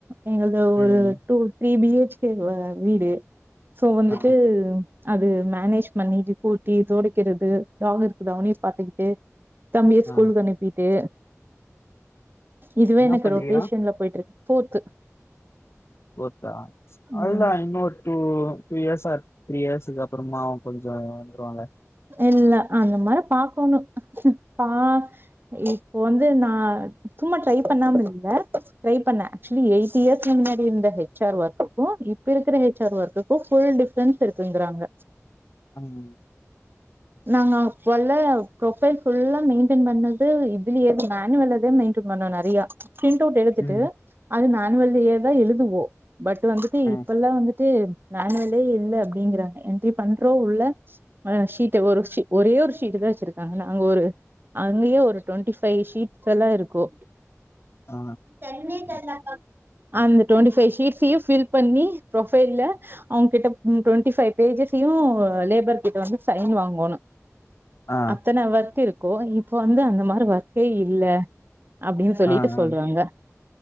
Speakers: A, on the right; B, on the left.
A: எங்கல்து
B: ம்
A: ஒரு two three B H K வீடு சோ வந்துட்டு
B: ஆ
A: அது மேனேஜ் பண்ணிட்டு கூட்டி தொடைக்கிறது டாகு இருக்குது அவனையு பாத்துக்கிட்டு தம்பிய
B: ஆ
A: ஸ்கூலக்கு அனுப்பிட்டு இதுவே
B: என்ன
A: எனக்கு
B: பண்ணிக்கிறான்
A: ரொட்டேஷன்ல போயிட்டு இருக்கு ஃபோர்த்து
B: ஃபோர்த்தா அல்ல
A: ம்
B: இன்னொரு டூ டூ இயர்ஸ் ஆ த்ரீ இயர்ஸ் இதுக்கு அப்புறமாவு கொஞ்சோ வந்துருவாங்க
A: இல்ல அந்த மாரி பாக்கணும் பா இப்போ வந்து நா சும்மா டரை பண்ணாம இல்ல ட்ரை பண்ணேன் ஆக்சுவலி எய்டி இயர்ஸ் முன்னாடி இருந்த ஹெச் ஆர் ஒர்க்குக்கும் இப்ப இருக்கிற ஹெச்ஆர் ஒர்க்குக்கும் ஃபுல் டிஃப்ரன்ஸ் இருக்குங்கிறாங்க
B: ம்
A: நாங்க அபெல்லா ப்ரொபைல் ஃபுல்லா மெயின்டென் பண்ணது இதுல மேனுவலே தா மெயின்டென் பண்ணோ நெறைய பிரண்ட் அவுட் எடுத்துட்டு
B: ம்
A: அது ந நம்ள்து எதா எழுதுவோ பட் வந்துட்டு
B: ஆ
A: இப்பெல்லா வந்துட்டு நாங்களே இல்ல அப்டிங்கறாங்க திப் பண்றோ உள்ள மழயா சி கே ஒரு ஷீ ஒரே ஒரு ஷீட் தா வச்சிருக்காங்க நாங்க ஒரு அங்கயே ஒரு டுவென்டி ஃபைவ் ஷீட்ஸ் எல்லா இருக்கோ
B: ஆ
A: தண்ணி தா அந்த டுவென்டி ஃபைவ் ஷீட்ஸ்யு ஃபில் பண்ணி ப்ரோஃபைல்ல அவுங்கிட்ட உம் டுவென்டி ஃபைவ் பேஜஸ்யு லேபர் கிட்ட வந்து சைன் வா மோன
B: ஆ
A: அத்தன ஒர்க் இரு கோ இப்ப வந்து அந்த மாரி ஒர்க்கே இல்ல அப்டின்னு சொல்லிட்டு
B: ஆ ஆ
A: சொல்றாங்க